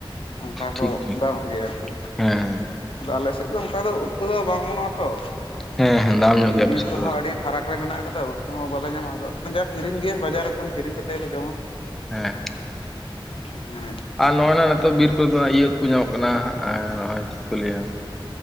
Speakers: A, on the left; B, in the centre.
A: ᱚᱱᱠᱟ ᱠᱚ
B: ᱴᱷᱤᱠ ᱴᱷᱤᱠ
A: ᱫᱟᱢᱟᱜ ᱜᱮ ᱟᱨᱠᱤ,
B: ᱦᱮᱸ ᱦᱮᱸ
A: ᱟᱞᱮ ᱥᱮᱫ ᱫᱚ ᱚᱱᱠᱟ ᱫᱚ ᱩᱫᱽ ᱠᱚᱫᱚ ᱵᱟᱝ ᱚᱢᱚᱱᱚᱜᱼᱟ ᱛᱚ,
B: ᱦᱮᱸ ᱦᱮᱸ ᱫᱟᱢ ᱧᱚᱜ ᱜᱮᱭᱟ
A: ᱵᱤᱨ
B: ᱟᱯᱮ ᱥᱮᱫ
A: ᱠᱚᱦᱚᱸ
B: ᱫᱚ ᱦᱮᱸ
A: ᱟᱹᱰᱤ ᱯᱷᱟᱨᱟᱠ ᱨᱮ ᱢᱮᱱᱟᱜ ᱠᱟᱫᱟ ᱩᱫᱽ ᱠᱚᱦᱚᱸ ᱵᱟᱞᱮ ᱧᱟᱢᱟ ᱟᱫᱚ ᱡᱟ ᱠᱤᱨᱤᱧ ᱜᱮ, ᱵᱟᱡᱟᱨ ᱠᱷᱚᱱ ᱠᱤᱨᱤᱧ ᱠᱟᱛᱮ ᱜᱮᱞᱮ ᱡᱚᱢᱟ᱾
B: ᱦᱮᱸᱻ ᱦᱮᱸᱻ᱾
A: ᱦᱮᱸᱻ᱾
B: ᱟᱨ ᱱᱚᱜᱼᱚᱭ ᱱᱟ ᱱᱤᱛᱚᱜ ᱵᱤᱨ ᱠᱚᱨᱮᱫᱚ ᱤᱭᱟᱹ ᱩᱫᱽ ᱠᱚ ᱧᱟᱢᱚᱜ ᱠᱟᱱᱟ ᱦᱟᱸᱜ᱾ ᱟᱨ ᱱᱚᱜᱼᱚᱭ ᱪᱮᱫ ᱠᱚ ᱞᱟᱹᱭᱟ,